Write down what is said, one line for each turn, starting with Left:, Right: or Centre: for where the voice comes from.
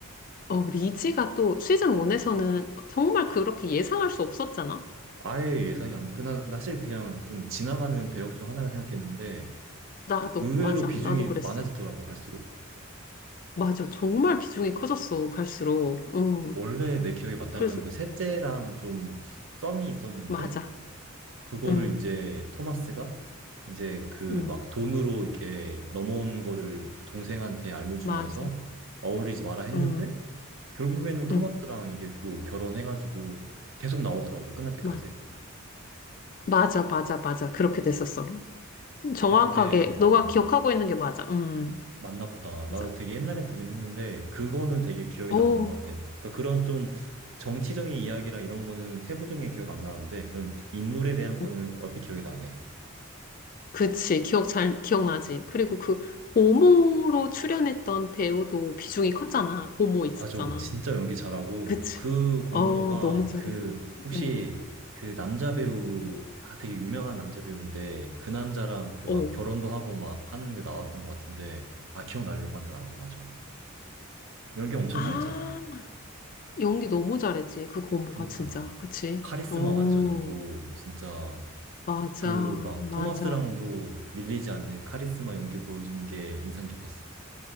Left: 어, 리지가 또 시즌 1에서는 정말 그렇게 예상할 수 없었잖아.
Right: 아예 예상이 안 돼. 그, 나, 나 사실 그냥 좀 지나가는 배역 중 하나라 생각했는데
Left: 나도,
Right: 의외로
Left: 맞아.
Right: 비중이
Left: 나도 그랬어.
Right: 많아지더라고, 갈수록.
Left: 맞아. 정말 비중이 커졌어. 갈수록. 응.
Right: 원래 내 기억이 맞다면
Left: 그래서,
Right: 그 셋째랑 좀 썸이 있었는데
Left: 맞아.
Right: 그거를
Left: 응,
Right: 이제 토마스가 이제 그
Left: 응,
Right: 막 돈으로 이렇게 넘어오는 거를 동생한테 알려주면서
Left: 맞아.
Right: 어울리지 마라 했는데
Left: 응,
Right: 결국에는 토마스랑
Left: 응.
Right: 이게 또 결혼해가지고 계속 나오더라고 끝날 때까지.
Left: 맞아. 맞아, 맞아, 맞아. 그렇게 됐었어. 정확하게
Right: 근데 되게
Left: 너가
Right: 어
Left: 기억하고 있는 게 맞아. 음,
Right: 맞나 보다. 나도
Left: 맞아.
Right: 되게 옛날에 보긴 했는데 그거는 되게 기억에
Left: 오,
Right: 남는 것 같아. 그러니까 그런 좀 정치적인 이야기랑 이런 거는 세부적인 게 기억 안 나는데 그런 인물에 대한 거는
Left: 음,
Right: 얼핏 기억이 나네.
Left: 그치. 기억 잘 기억나지. 그리고 그 고모로 출연했던 배우도 비중이 컸잖아. 고모 있었잖아.
Right: 맞아. 진짜 연기 잘하고
Left: 그치.
Right: 그 고모가
Left: 어, 너무 잘해.
Right: 그 혹시
Left: 음,
Right: 그 남자 배우 아, 되게 유명한 남자 배우인데 그 남자랑 그
Left: 오.
Right: 막 결혼도 하고 막 하는 게 나왔던 것 같은데 아 기억나려고 한다 나도 맞아. 연기 엄청
Left: 아,
Right: 잘했잖아.
Left: 연기 너무 잘했지. 그 고모가
Right: 그니까
Left: 진짜. 그치?
Right: 카리스마
Left: 오,
Right: 완전 있고 진짜
Left: 맞아,
Right: 그 막
Left: 맞아.
Right: 토마스랑도 밀리지 않는 카리스마 연기 보여주는 게 인상 깊었어.